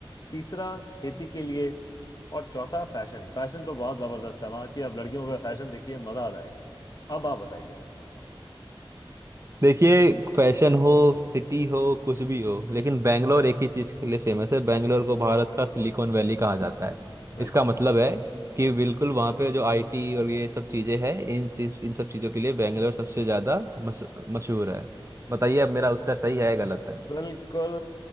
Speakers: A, on the left; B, on the right.
A: तीसरा खेती के लिए और चौथा फैशन फैशन तो बहुत जबरदस्त है वहां की आप लड़कियों का फैशन देखिए मजा आ जाएगा अब आप बताइए
B: देखिए फैशन हो सिटी हो कुछ भी हो लेकिन बैंगलोर एक ही चीज़ के लिए फेमस है बैंगलोर को भारत का सिलिकॉन वैली कहा जाता है
A: बिल्कुल
B: इसका मतलब है कि बिल्कुल वहाँ पे जो आईटी और ये सब चीज़ें हैं इन चीज इन सब चीज़ों के लिए बैंगलोर सबसे ज़्यादा मश, मशहूर है बताइए अब मेरा उत्तर सही है या गलत है
A: बिल्कुल